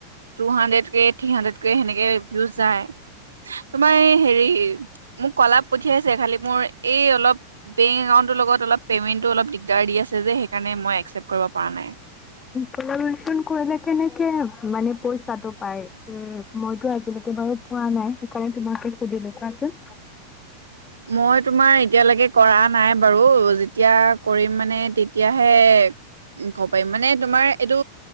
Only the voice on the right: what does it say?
টু হাণ্ড্ৰেডক থ্ৰী হাড্ৰেডক সেনেকে ভিউচ যায় তোমাৰ এই হেৰি- মোক কলাপ- পঠিয়াইছে খালী মোৰ এই অলপ বেংক একাউণ্টটোৰ লগত অলপ পে'মেণ্টটো অলপ দিগদাৰ দি আছে যে সেইকাৰণে মই একচেপ্ট কৰিব পৰা নাই।
মই তোমাৰ এতিয়ালৈকে কৰা- -নাই বাৰু যেতিয়া কৰিম মানে তেতিয়াহে- -কব পাৰিম মানে তোমাৰ এইটো